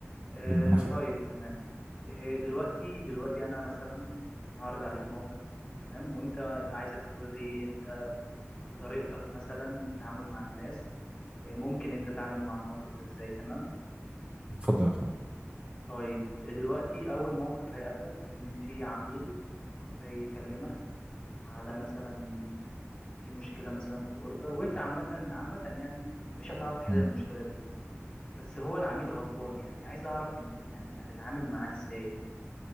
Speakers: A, on the left (about 20°); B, on the right (about 25°).
A: آه
B: ربنا يخليك
A: طيب تمام إيه دلوقتي دلوقتي انا مثلا هعرض عليك موقف تمام وانت عايزك تقول لي انت بطريقتك مثلا تعامل مع الناس إيه ممكن انت تعامل مع الموقف ده ازاي تمام
B: اتفضل يا فندم
A: طيب دلوقتي اول موقف هيقابلك ان في عميل جاي يكلمك على مثلا في مشكلة مثلا في اوردر وانت عامة عامة يعني مش هتعرف تحل
B: مم.
A: المشكلة دي بس هو العميل غضبان يعني عايز اعرف انت يعني هتتعامل معاه ازاي يعني